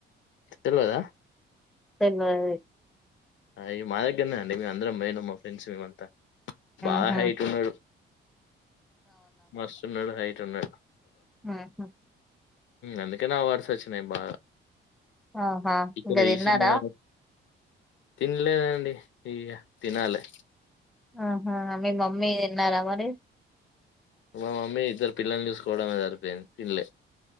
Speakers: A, on the left; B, in the centre.
A: తెల్వదా
B: పెన్ను అది
A: అయ్ మా దగ్గరనే అండి మే అందరం మేము మా ఫ్రెండ్స్ మేమంతా బాగా
B: ఉహు
A: హైట్ ఉన్నాడు మాస్తున్నడడు హైటు టున్నడ్
B: ఆహా
A: అందుకేనా అవార్డ్స్ వచ్చినయి బాగా
B: ఆహా
A: ఇక్కడ
B: ఇంక
A: తీసింది
B: తిన్నారా
A: గాబ తినలేదండి ఇక తినాలి
B: ఆహా మీ మమ్మీ తిన్నారా మరి
A: మా మమ్మీ ఇద్దరు పిల్లల్ని చూసుకోవడమే సరిపోయింది తిన్లే